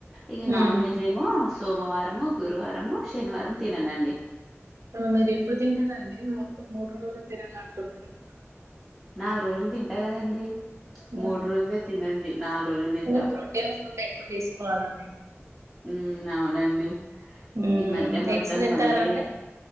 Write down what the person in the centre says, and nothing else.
ఇక నాన్
వెజ్ ఏేమో సోమవారము గురువారము శనివారం తిననండి
నాలుగు రోజులు తింటా కదండి
మూడు రోజులే తినండి నాలుగు రోజులు తింటాం
మ్మ్ అవునండి
ఈ మధ్య మొత్తం
మళ్ళీ